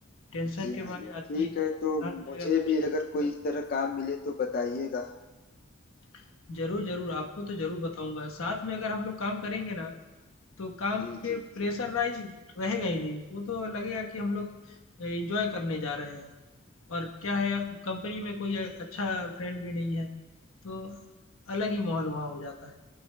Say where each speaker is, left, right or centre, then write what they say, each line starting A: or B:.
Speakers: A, on the left; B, on the left.
A: टेंशन
B: जी
A: के
B: हाँ
A: मारे
B: जी हाँ
A: आदमी
B: ठीक
A: इतना
B: है
A: परेशान
B: तो
A: हो जाएगा
B: मुझे
A: पूछिए
B: भी अगर कोई इस तरह काम मिले तो बताइएगा
A: मत। ज़रूर, ज़रूर, आपको तो ज़रूर बताऊँगा। साथ में अगर हम लोग काम करेंगे ना तो काम
B: जी
A: फिर
B: जी
A: प्रेशराइज़ रहेगा ही नहीं। वो तो लगेगा कि हम लोग एन्जॉय करने जा रहे हैं और क्या है कंपनी
B: जी
A: में कोई अच्छा फ्रेंड भी नहीं है, तो अलग ही माहौल वहाँ हो जाता है।